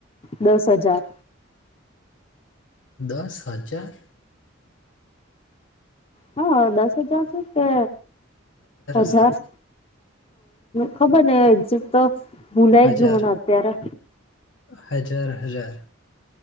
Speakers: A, on the left (about 30°); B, on the left (about 75°).
A: દસ હજાર
B: દસ હજાર
A: હા દસ હજાર છે કે
B: હશે.
A: હજાર હ ખબર નય એક્ઝટ તો ભૂલાય ગયોને
B: હજાર,
A: અત્યારે
B: હજાર હજાર